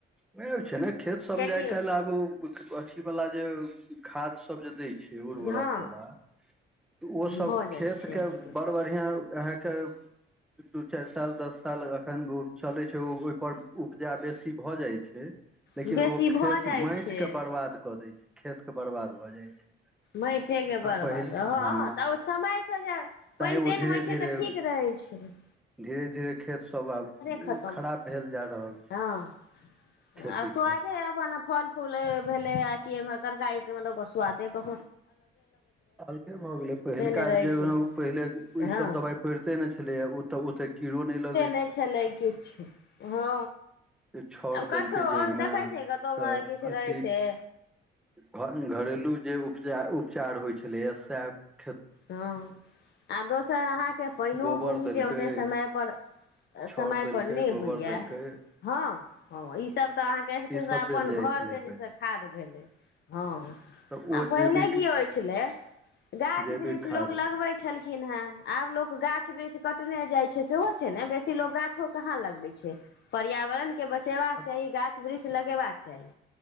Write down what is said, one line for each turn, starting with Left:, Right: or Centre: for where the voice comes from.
Centre: ओ छै ने खेत समझाय
Left: किएकि
Centre: काल आब अथी वाला जे खाद सब जे द छै उर्वरक
Left: हँ
Centre: वाला त ओ सब
Left: भऽ जाइ
Centre: खेत
Left: छै अहाँके
Centre: के बड़ बढ़ियाॅं अहाँके दू चार साल दस साल अखन ओ चलैत छै ओ ओहिपर उपजा बेसी भऽ जाइत छै छै लेकिन
Left: बेसी
Centre: ओ खेत
Left: भऽ जाइ
Centre: माइट
Left: छै
Centre: के बर्बाद कऽ दै छै खेत के बर्बाद भऽ जाइ छै
Left: मैटे के
Centre: आ
Left: बरबाद
Centre: पहिल
Left: ह
Centre: हँ
Left: तऽ समय से जे
Centre: तैँ
Left: पैन तैन
Centre: ओ धीरे
Left: होइ छै
Centre: धीरे
Left: तऽ ठीक रहै छै छै
Centre: धीरे धीरे खेतसभ आब ओ
Left: खतम
Centre: खराब भेल जा रहल छै
Left: हँ
Centre: खेतीके
Left: आ स्वादेना फल फूल भेलै कि तरकारी म ब सुआादे क
Centre: आगे भऽ गेलै पहिलका
Left: नहि रहै
Centre: जे
Left: छै
Centre: पहिले ईसभ
Left: हँ
Centre: दबाइ पहिढ़िते नहि छलैए ओतऽ गोटे कीड़ो नहि लअ
Left: नै छेलै किछो हँ
Centre: छाउर
Left: आब
Centre: देलकै
Left: कछो
Centre: जैड़मे
Left: देखै छियै कतहु
Centre: तऽ
Left: किछु
Centre: अथि
Left: रहै छै
Centre: घ घरेलू जे उपचा उपचार होइत छलैए अ
Left: हँ आ दोसर अहाँके पानिओ
Centre: गोबर
Left: बुनी
Centre: देलकै
Left: जे ओते समयपर
Centre: छाउर
Left: समयपर
Centre: देलकै
Left: नहि
Centre: गोबर
Left: होइए
Centre: देलकै
Left: हँ हँ ई सब तऽ अहाँकेे
Centre: ईसभ
Left: अपन
Centre: देल जाइ
Left: घर
Centre: छलै
Left: के
Centre: पहिले
Left: जे छै खाद भेलै हँ
Centre: तऽ
Left: आ
Centre: ओ
Left: पहिले
Centre: जैविक
Left: की होइ छलै गाछ
Centre: जैविक
Left: वृक्ष
Centre: खाद
Left: लोग लगबै छलखिन ह आब लोग गाछ वृक्ष कटने जाय छै सेहो छै ने बेसी लोग गाछो कहाँ लगबै छै पर्यावरण के ब सेेबाका
Centre: आब
Left: चाही गाछ वृक्ष लगेबाक चाही